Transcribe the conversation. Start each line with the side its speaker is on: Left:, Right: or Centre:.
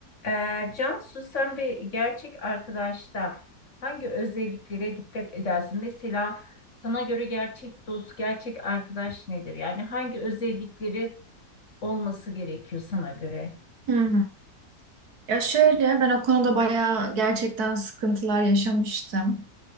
Left: Ee, Cansu sen bir gerçek arkadaşta hangi özelliklere dikkat edersin? Mesela sana göre gerçek dost, gerçek arkadaş nedir? Yani hangi özellikleri olması gerekiyor sana göre?
Right: Hmm. Ya şöyle ben o konuda bayağı gerçekten sıkıntılar yaşamıştım.